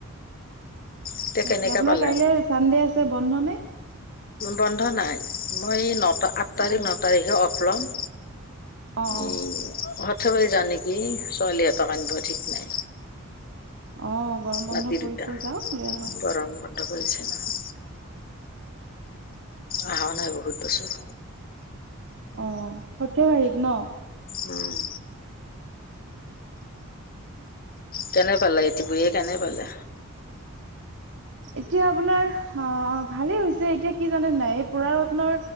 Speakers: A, on the left; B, on the right.
A: এতিয়া
B: তাকে
A: কেনেকে
B: আপোনাৰ
A: পালে
B: কাইলৈ চানডে আছে বন্ধ নে?
A: বন্ধ নাই, মই এই নটা আঠ তাৰিখ,
B: অ
A: ন তাৰিখে অফ ল'ম।
B: অ অ
A: এই হঠবাৰ জান নেকি ছোৱালীহঁতক আনিব ঠিক নাই।
B: অ' গৰম বন্ধ
A: নাতি
B: পৰিছে
A: দুটা,
B: যাওক লৈ আহক
A: গৰম বন্ধ হৈছে নহয়। অহা নাই বহুত বছৰ।
B: অ সঠেবাৰীত ন।
A: উম। কেনে পালা ইতি বুঢ়ে কেনে পালে?
B: এতিয়া আপোনাৰ অঁ ভালে হৈছে এতিয়া কি জানে নাই পুৰা ৰত্নৰ